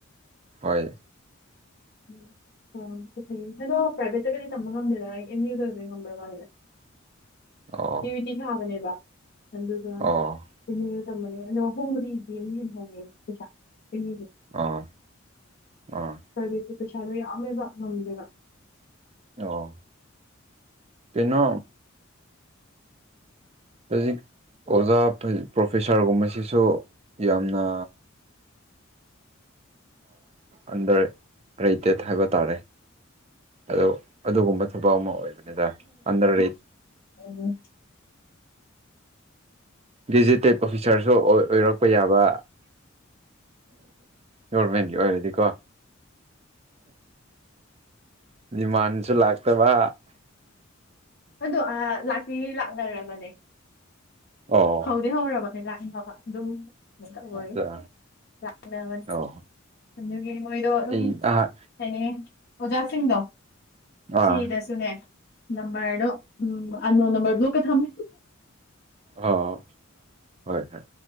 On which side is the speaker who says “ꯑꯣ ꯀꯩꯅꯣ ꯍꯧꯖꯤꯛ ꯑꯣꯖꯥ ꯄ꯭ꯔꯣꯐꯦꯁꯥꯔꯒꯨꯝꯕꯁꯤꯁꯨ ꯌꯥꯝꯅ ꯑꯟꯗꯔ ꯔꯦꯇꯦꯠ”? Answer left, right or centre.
Right